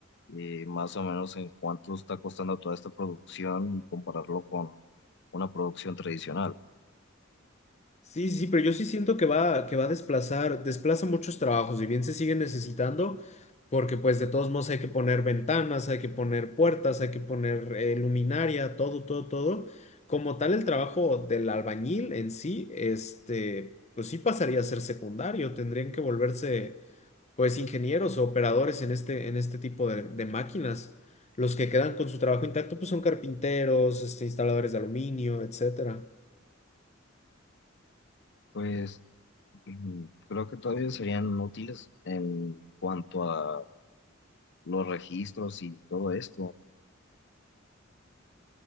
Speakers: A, on the left (about 60°); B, on the left (about 35°).
A: eh, más o menos en cuánto está costando toda esta producción y compararlo con una producción tradicional.
B: Sí, sí, sí, pero yo sí siento que va, que va a desplazar, desplaza muchos trabajos, y bien se sigue necesitando, porque pues de todos modos hay que poner ventanas, hay que poner puertas, hay que poner eh, luminaria, todo, todo, todo. Como tal, el trabajo del albañil en sí, este, pues sí pasaría a ser secundario, tendrían que volverse pues ingenieros o operadores en este, en este tipo de, de máquinas. Los que quedan con su trabajo intacto, pues son carpinteros, este, instaladores de aluminio, etcétera.
A: Pues mm, creo que todavía serían útiles en cuanto a los registros y todo esto.